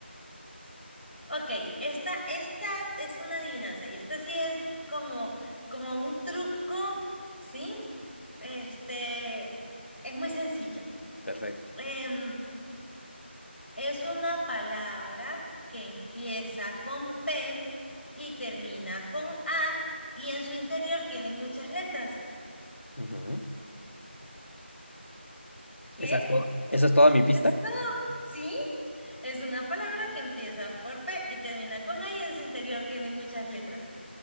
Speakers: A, on the left; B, on the left.
A: Ok, esta, esta es una adivinanza y esta sí es como, como un truco, ¿sí? Este, es muy sencilla.
B: Perfecto.
A: Em, Es una palabra que empieza con P y termina con A y en su interior tiene muchas letras.
B: Ujú.
A: ¿Qué
B: ¿Esa es
A: es?
B: todo- esa es toda mi pista?
A: Eso es todo. ¿Sí? Es una palabra que empieza por P y termina con A y en su interior tiene muchas letras.